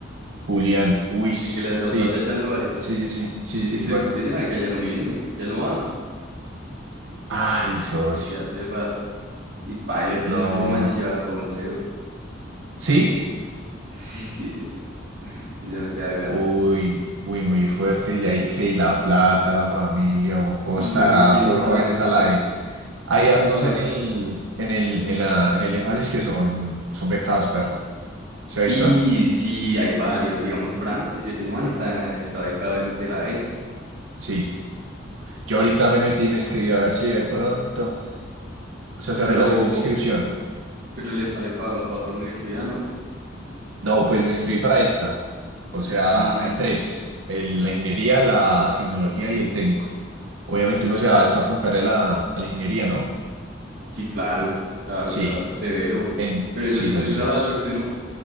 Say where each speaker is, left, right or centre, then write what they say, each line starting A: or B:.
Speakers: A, on the right (about 85°); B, on the right (about 60°).
A: Julián, Uis.
B: de que la
A: Sí,
B: pasa echando vareta.
A: sí, sí, sí, sí, sí,
B: Ese,
A: sí, ¿qué pasa?
B: ese marica ya no viene, ya no va.
A: Ay, socio.
B: desde hace rato. Y paila, es que
A: No.
B: ese, ma- ese man sí lleva todo en cero.
A: ¿Sí?
B: <laughs> Ese man se agarra.
A: Uy, uy, muy fuerte. Y hay que ir la plata, la familia, o, o
B: No,
A: estará
B: pues quién
A: por
B: sabe
A: jóvenes
B: ese
A: a
B: man.
A: la E. Hay hartos
B: ¿Quién sabe?
A: en el, en el, en la, en el énfasis que son, son becados, perro. ¿Se
B: Sí,
A: ha visto?
B: sí, hay varios. Digamos, Frank, ese, ese man está, está becado del- de la E.
A: Sí. Yo ahorita me metí, me inscribí a ver si de pronto. O sea, se
B: Pero,
A: abrió la segunda inscripción.
B: pero le sale para otra universidad, ¿no?
A: No, pues me inscribí para esta. O sea,
B: Mm,
A: hay tres. el- la ingeniería, la tecnología y el técnico. Obviamente uno se va es apuntar a la, a la ingeniería, ¿no?
B: sí, claro, claro,
A: Sí,
B: claro. Severo.
A: en
B: Pero eso
A: sí,
B: es,
A: sí,
B: eso
A: sí.
B: es a la
A: Sí,
B: suerte, ¿no?